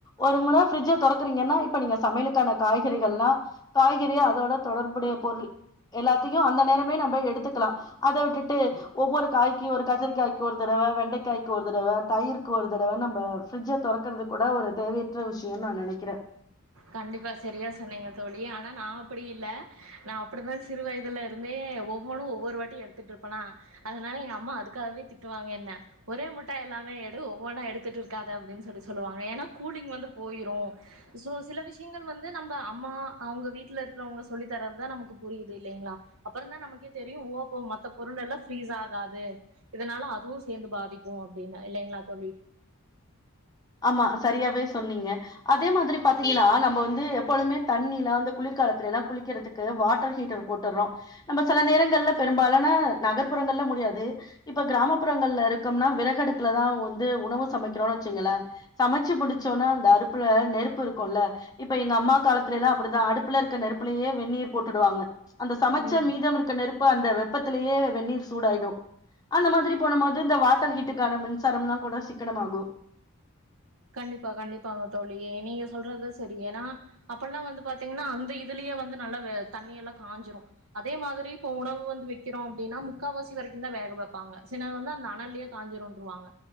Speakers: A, on the left (about 20°); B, on the right (about 65°).
A: ஒரு முற ஃப்ரிட்ஜ் தொறத்துறீங்கன்னா இப்ப நீங்க சமையலுக்கான காய்கறிகள்லா காய்கறி அதோட தொடர்புடைய பொருள் எல்லாத்தியு அந்த நேரமே நம்ப எடுத்துக்கலா அத விட்டுட்டு ஒவ்வொரு காய்க்கு ஒரு கத்திரிகாய்க் கு ஒரு தடவ வெண்டைக்காய்க்கு ஒரு தடவ தயிருக்கு ஒரு தடவ நம்ப ஃப்ரட்ஜ தொக்கறதுக்கூட ஒரு தேவையற்ற விஷயன்னு நா நெனைக்கிறே
B: கண்டிப்பா செரியா சொன்னீங்க தோழி ஆனா நா அப்படி இல்ல நா அப்டிதா சிறு வயதுலருந்தே ஒவ்வொன்னு ஒவ்வொரு வாட்டி எடுத்துட்டுருப்பன்னா அதனால எங்க அம்மா அதுக்காகவே திட்டுவாங்க என்ன ஒரே முட்டா எல்லாமே எடு ஒவ்வொன்னா எடுத்துட்டுருக்காத அப்டின்னு சொல்லி சொல்லுவாங்க ஏன்னா கூலிங் வந்து போயிரு சோ சில விஷயங்கள் வந்து நம்ப அம்மா அவங்க வீட்டுல இருக்குறவங்க சொல்லித்தரதுதா நமக்கு புரியுது இல்லைங்களா அப்பற தா நமக்கே தெரியு ஓ அப்போ மத்த பொருளெல்லா ஃப்ரீஸ் ஆகாது இதனால அதுவு சேந்து பாதிக்கு அப்டின்னு இல்லைங்களா தோழி
A: ஆமா சரியாவே சொன்னீங்க அதே மாதிரி பாத்தீங்கன்னா நம்ம வந்து எப்பொழுமே தண்ணிலா அந்த குளிர்காலத்துல எல்லா குளிக்கிறதுக்கு வாட்டர் ஹீட்டர் போட்டுறோ நம்ப சில நேரங்கள் ங்கள்ல பெரும்பாலான நகர்புறங்கள்ல முடியாது இப்ப கிராமப்புறங்கள்ல இருக்கம்னா விரகடுக்குல தா வந்து உணவு சமைக்கிறோனு வச்சுங்களே சமைச்சு முடிச்சோனா அந்த அடுப்புல நெருப்பு இருக்குல இப்ப எங்க அம்மா காலத்துலைலா அப்புடி தா அடுப் உள்ள இருக்குற நெருப்புலயே வெந்நீர் போட்டுடுவாங்க அந்த சமைச்ச
B: ம்
A: மீதமிருக்க நெருப்பு அந்த வெப்பத்திலயே வெந்நீர் சூடாயிடு அந்த மாதிரி போன போது இந்த வாட் ட்டர் ஹீட்டுக்கான மின்சாரம்லா கூட சிக்கனமாகு
B: கண்டிப்பா கண்டிப்பாங்க தோழி நீங்க சொல்றது செரி ஏன்னா அப்பல்லா வந்து பாத்தீங்கனா அந்த இதுலயே வந்து நல்லா வ தண்ணியெல்லா காஞ்சிரு அதே மாதிரி இப்ப உணவு வந்து வைக்கிறோ அப்டின்னா முக்காவாசி வரைக்கு தா வேக வப்பாங்க சிலது வந்து அந்த அனல்லயே காஞ்சிருன்றுவாங்க